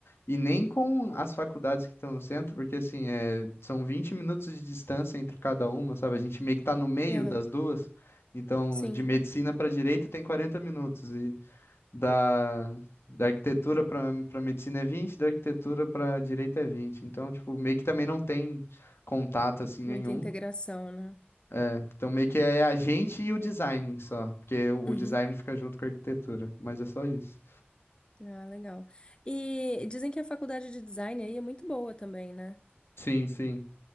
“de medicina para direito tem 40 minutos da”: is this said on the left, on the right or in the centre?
Left